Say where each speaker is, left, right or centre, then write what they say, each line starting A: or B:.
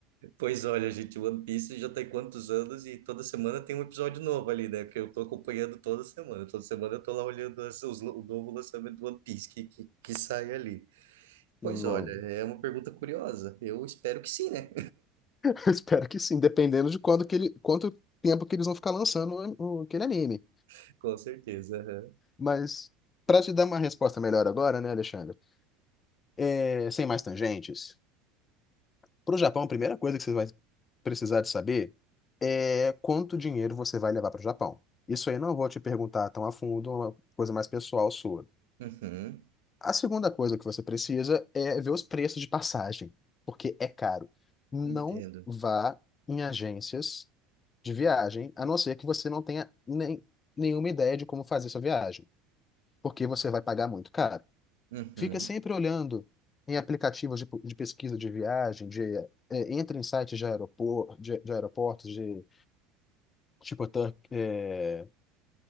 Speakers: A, on the right (about 75°); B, on the left (about 30°).
A: pois olha, gente, One Piece já tem quantos anos e toda semana tem um episódio novo ali, né? Porque eu tô acompanhando toda semana, toda semana eu tô lá olhando as- os, o novo lançamento do One Piece que, que, que sai ali.
B: Não.
A: Pois olha, é uma pergunta curiosa. Eu espero que sim, né?
B: Eu espero que sim, dependendo de quando que ele... quanto tempo que eles vão ficar lançando o- o- aquele anime.
A: <laughs> Com certeza. aham.
B: Mas, para te dar uma resposta melhor agora, né, Alexandre? É, Sem mais tangentes, para o Japão, a primeira coisa que você vai precisar de saber é quanto dinheiro você vai levar para o Japão. Isso aí eu não vou te perguntar tão a fundo, é uma coisa mais pessoal sua.
A: Uhum,
B: A segunda coisa que você precisa é ver os preços de passagem, porque é caro. Não
A: entendo.
B: vá em agências de viagem, a não ser que você não tenha nem, nenhuma ideia de como fazer sua viagem, porque você vai pagar muito caro.
A: Uhum,
B: Fica sempre olhando em aplicativos de, de pesquisa de viagem, de, é, entra em sites de, aeropor, de, de aeroportos, de tipo Tur- é,